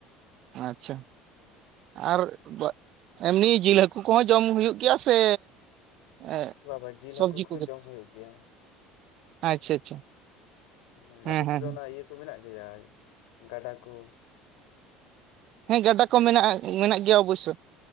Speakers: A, on the right (about 50°); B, on the left (about 60°).
A: ᱟᱪᱪᱷᱟ, ᱟᱨ ᱮᱢᱱᱤ ᱡᱤᱞ ᱦᱟᱹᱠᱩ ᱠᱚᱦᱚᱸ ᱡᱚᱢ ᱦᱩᱭᱩᱜ ᱜᱮᱭᱟ ᱥᱮ, ᱮᱸᱜ
B: ᱵᱟᱵᱟ ᱡᱤᱞ
A: ᱥᱚᱵᱽᱡᱤ
B: ᱦᱟᱹᱠᱩ ᱠᱚᱦᱚᱸ
A: ᱠᱚᱜᱮ,
B: ᱡᱚᱢ ᱦᱩᱭᱩᱜ ᱜᱮᱭᱟ
A: ᱟᱪᱪᱷᱟ ᱟᱪᱪᱷᱟ
B: ᱦᱮ
A: ᱦᱮᱸ
B: ᱟᱯᱮ ᱥᱮᱫ
A: ᱦᱮᱸ
B: ᱫᱚ
A: ᱦᱮᱸ
B: ᱚᱱᱟ ᱤᱭᱟᱹ ᱠᱚ ᱢᱮᱱᱟᱜ ᱜᱮᱭᱟ ᱜᱟᱰᱟ ᱠᱚ?
A: ᱦᱮᱸ ᱜᱟᱰᱟ ᱠᱚ ᱢᱮᱱᱟᱜᱼᱟ ᱢᱮᱱᱟᱜ ᱜᱮᱭᱟ ᱚᱵᱚᱥᱥᱚ